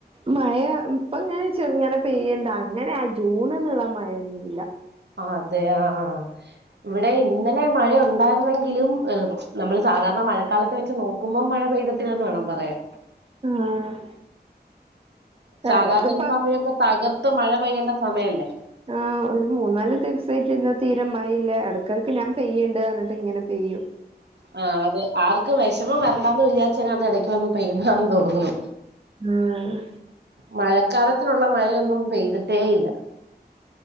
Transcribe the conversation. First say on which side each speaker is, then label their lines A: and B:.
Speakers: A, on the right (about 35°); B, on the right (about 80°).
A: മഴ ഇപ്പ ഇങ്ങനെ ചെറുങ്ങനെ പെയ്യണ്ട് അങ്ങനെ ആ ജൂൺന്നുള്ള മഴൊന്നുമില്ല
B: ആ അതെ ആഹ ഇവിടെ ഇന്നലെ മഴയ ഉണ്ടായിരുന്നെങ്കിലും നമ്മള് സാധാരണ മഴക്കാലത്ത് വെച്ച് നോ ക്കുമ്പൊ മഴ പെയ്തിട്ടില്ലന്ന് വേണം പറയാൻ
A: ആഹ്
B: സാധാരണ
A: എടക്ക്പ്പ
B: ഈ സമയൊക്കെ തകർത്ത് മഴ പെയ്യേണ്ട സമയല്ലേ.
A: ആഹ് ഒരു മൂന്നാല് ദിവസായിട്ട് ഇന്ന് തീരെ മഴയില്ല എടക്കെടക്ക് ഞാൻ പെയ്യണ്ട് പറഞ്ഞിട്ട് ഇങ്ങനെ പെയ്യു
B: ആ അതെ ആർക്കും വിഷമം വരണ്ടാന്ന് വിചാരിച്ചങ്ങാണ്ട് ഇടക്ക് വന്ന് പെയ്യുന്നാന്ന് തോന്നുന്നു.
A: ആഹ്
B: മഴക്കാലത്തിനുള്ള മഴയൊന്നും പെയ്തിട്ടേ ഇല്ല.